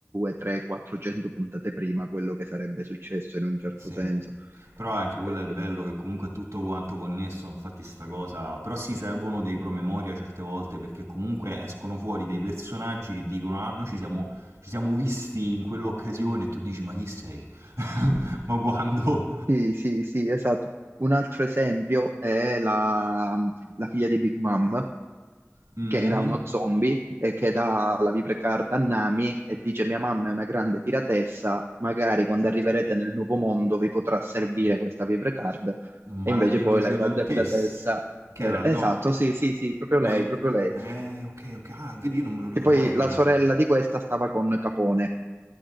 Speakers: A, on the right; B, on the right.
A: 3, 400 puntate prima quello che sarebbe successo in un certo
B: Sì.
A: senso.
B: Però anche quello
A: Eh,
B: è il bello che comunque è tutto quanto connesso, infatti sta cosa... Però sì, servono dei promemoria certe volte perché comunque escono fuori dei personaggi che dicono ah, noi ci siamo, ci siamo visti in quell'occasione e tu dici ma chi sei? <laughs> ma quando?
A: Sì, sì, sì, esatto. Un altro esempio è la, la figlia di Big Mom,
B: Mhm.
A: che era uno zombie e che dà la vibrecard a Nami e dice: Mia mamma è una grande piratessa, magari quando arriverete nel nuovo mondo vi potrà servire questa vibrecard.
B: Ma
A: E invece
B: la rinocerontessa,
A: poi la grande piratessa
B: che
A: era...
B: era, no,
A: Esatto, sì, sì, sì, proprio
B: no,
A: lei,
B: i-
A: proprio lei.
B: eh, ok, ok, ah, vedi, io non me lo ricordavo
A: Che poi
B: che
A: la
B: era
A: sorella
B: film.
A: di questa stava con Capone,